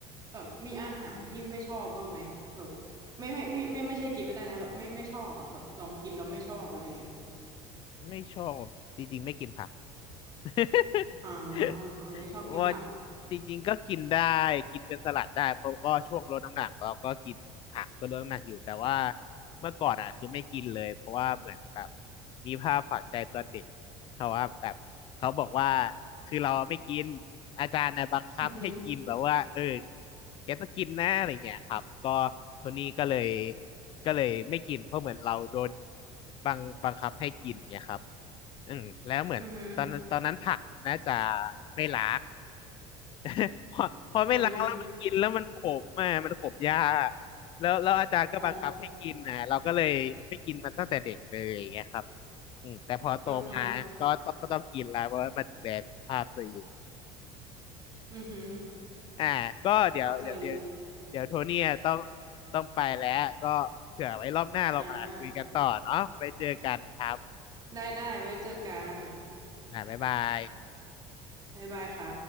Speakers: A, on the right; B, on the left.
A: แบบมีอาหารที่ไม่ชอบบ้างไหมแบบไม่ไม่ไม่ไม่ไม่ใช่กินไม่ได้นะแบบไม่ไม่ชอบอะแบบลองกินแล้วไม่ชอบอะไรเงี้ย
B: ไม่ชอบจริงๆไม่กินผัก <laughs>
A: อ๋อเออไม่ชอบกินผัก
B: ว่าจริงๆก็กินได้กินเป็นสลัดได้เพราะก็ช่วงลดน้ำหนักเราก็กินผักเพื่อลดน้ำหนักอยู่แต่ว่าเมื่อก่อนอ่ะคือไม่กินเลยเพราะว่าเหมือนแบบมีภาพฝังใจตอนเด็กเพราะว่าแบบเขาบอกว่าคือเราไม่กินอาจารย์นะบังคับให้กินแบบว่าเออ
A: อือหือ
B: แกต้องกินนะอะไรเงี้ยครับก็ทีนี้ก็เลยก็เลยไม่กินเพราะเหมือนเราโดนบังบังคับให้กินเงี้ยครับ อืมแล้วเหมือนตอนนั้นตอนนั้นผักมันน่าจะ
A: อือหือ
B: ไม่ล้าง <laughs> พอพอไม่ล้างแล้วมันกินแล้วมันขมอ่ะมันขมยาก
A: อืม
B: แล้วแล้วอาจารย์ก็บังคับให้กินนะเราก็เลยไม่กินมันตั้งแต่เด็กเลยอย่างเงี้ยครับ
A: อ๋อ
B: อืมแต่พอโตมาก็ต้องก็ต้องกินแล้วเพราะว่ามาดูแลสุขภาพตัวเอง
A: อือฮะอือหือ
B: <laughs> อ่าก็เดี๋ยวเดี๋ยวเดี๋ยว
A: เข้าใจเลย
B: เดี๋ยวโทเนี่ยต้องต้องไปแล้วก็เผื่อไว้รอบหน้าเรามาคุยกันต่อเนาะไว้เจอกันครับ
A: อ่าได้ได้ไว้เจอกัน
B: อ่าบ๊ายบาย
A: บ๊ายบายค่ะ